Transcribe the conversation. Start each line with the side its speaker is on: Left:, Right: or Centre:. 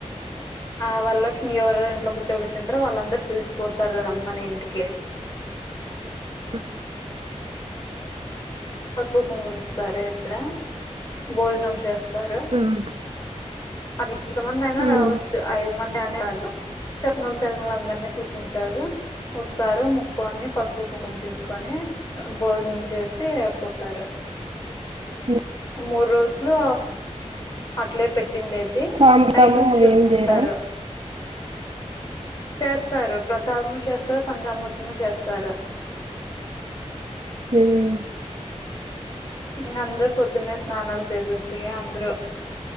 Left: ఆ వర్లక్ష్మి ఎవరెవర్ ఇంట్లో కూర్చోబెట్టుంటారో వాళ్ళందర్ పిల్చిపోతరు రమ్మని ఇంటికి
Right: ఉ
Left: పస్పు కుంకుమ ఇస్తారు ఇక్కడ భోజనం చేస్తారు
Right: ఉమ్
Left: కొంతమంది అయినా
Right: ఉమ్
Left: రావోచ్చు ఐదు మంది అని కాదు చెప్నల్ తిర్మల్ అందర్నీ చూస్కుంటరు ఓస్తరు ముక్కోన్ని పస్పు ముఖం తీస్కొని భోజ్నం చేసి పోతరు
Right: ఉమ్
Left: మూడు రోజ్లు అట్లే పెట్టిండేది
Right: సాంపుతాము
Left: టైమింగ్స్
Right: అవి
Left: చూస్కుంటరు
Right: ఏం చేయరా
Left: చేస్తారు ప్రసాద్ము చేస్తారు పంచామృతము చేస్తారు
Right: ఉమ్
Left: ఇంగ అందరూ పొద్దున్నే స్నానాల్ చేసేసి అంద్రు